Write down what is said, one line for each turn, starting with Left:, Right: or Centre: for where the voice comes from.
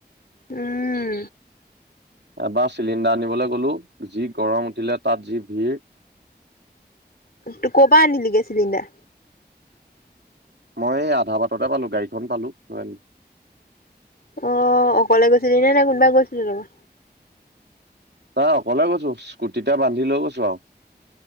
Left: উম,
Right: এবাৰ চিলিণ্ডাৰ আনিবলৈ গ'লো যি গৰম উঠিলে তাত যি ভিৰ
Left: ত, কোৰ প্ৰা আনিলি গেছ চিলিণ্ডাৰ।
Right: মই এই আধা বাটতে পালো গাড়ীখন পালো লৈ আনিলো।
Left: অ', অকলে গৈছিলি নে নাই কোনবাই গৈছিল লগত।
Right: ন অকলে গৈছো। স্কুটিতে বান্ধি লৈও গৈছো আৰু।